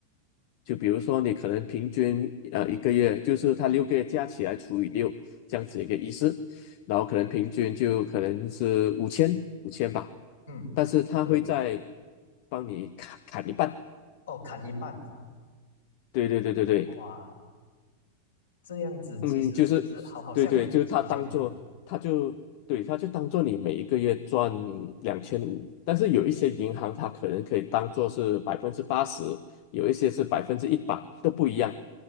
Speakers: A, on the left; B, on the left.
A: 就比如说你可能平均呃一个月，就是它六个月加起来除以六这样子一个意思，然后可能平均就可能是五千五千吧，
B: 嗯，
A: 但是他会在
B: 是的。
A: 帮你砍砍一半。
B: 哦，砍一半，
A: 对对对对对，
B: 哇，这样子其实其实好好像比比较难
A: 嗯，就是对对，就是他当做他就对他就当做你每一个月赚两千五，但是有一些银行它可能可以当做是百分之八十，有一些是百分之一百，都不一样。